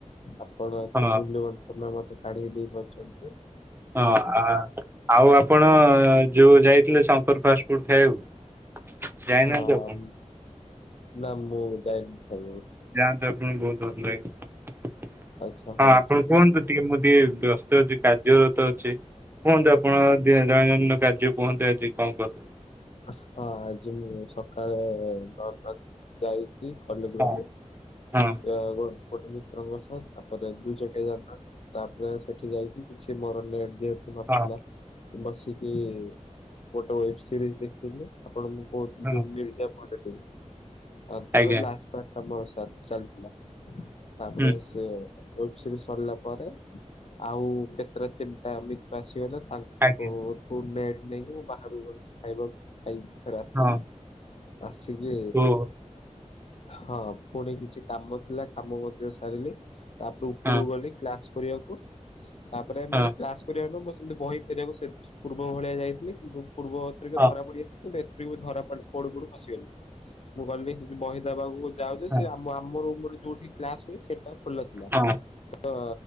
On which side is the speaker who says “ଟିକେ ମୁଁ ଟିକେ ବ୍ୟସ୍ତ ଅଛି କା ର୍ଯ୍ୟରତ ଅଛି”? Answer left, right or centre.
Right